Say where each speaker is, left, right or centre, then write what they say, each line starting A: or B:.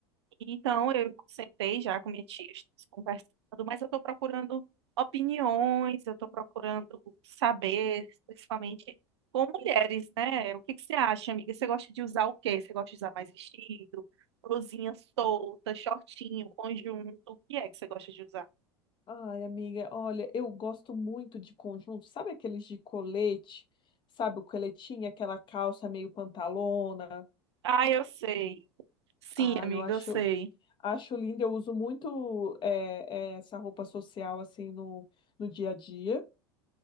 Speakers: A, on the right (about 85°); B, on the left (about 35°).
A: Então, eu sentei já com minha tia, estamos conversando, mas eu tô procurando opiniões, eu tô procurando saber, principalmente com mulheres, né? O que que você acha, amiga? Você gosta de usar o quê? Você gosta de usar mais vestido, blusinha solta, shortinho, conjunto? O que é que você gosta de usar?
B: Ai, amiga, olha, eu gosto muito de conjunto, sabe aqueles de colete? Sabe o coletinho, aquela calça meio pantalona?
A: Ah, eu sei. Sim,
B: Ah,
A: amiga,
B: eu acho,
A: eu sei.
B: acho lindo, eu uso muito é, é, essa roupa social assim no, no dia a dia.